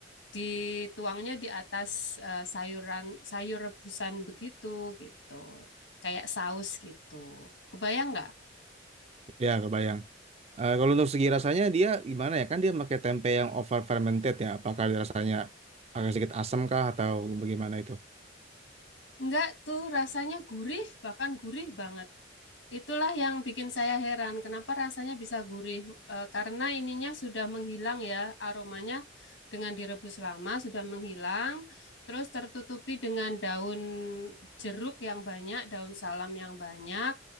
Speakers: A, on the left; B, on the right.
A: dituangnya di atas eh, sayuran sayur rebusan begitu gitu, kayak saus gitu. Kebayang nggak?
B: ya kebayang. Eh, kalau untuk segi rasanya dia gimana ya? Kan dia pakai tempe yang over fermented ya. Apakah dia rasanya agak sedikit asam kah atau bagaimana itu?
A: Nggak tuh rasanya gurih, bahkan gurih banget. Itulah yang bikin saya heran, kenapa rasanya bisa gurih? Eh, karena ininya sudah menghilang ya, aromanya dengan direbus lama sudah menghilang, terus tertutupi dengan daun jeruk yang banyak, daun salam yang banyak,